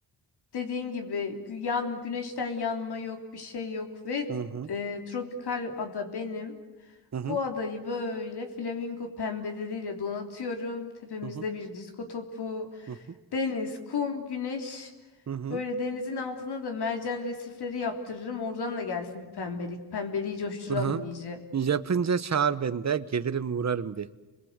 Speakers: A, on the left; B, on the right.
A: dediğin gibi gü- yan, güneşten yanma yok, bir şey yok ve
B: Hı hı.
A: e, tropikal ada benim.
B: Hı hı.
A: Bu adayı böyle flamingo pembeleriyle donatıyorum. Tepemizde
B: Hı hı.
A: bir disko topu,
B: Hı hı.
A: deniz, kum, güneş.
B: Hı hı.
A: Böyle denizin altına da mercan resifleri yaptırırım. Oradan da gelsin bir pembelik. Pembeliği coşturalım
B: Hı hı.
A: iyice.
B: Yapınca çağır beni de gelirim uğrarım bir.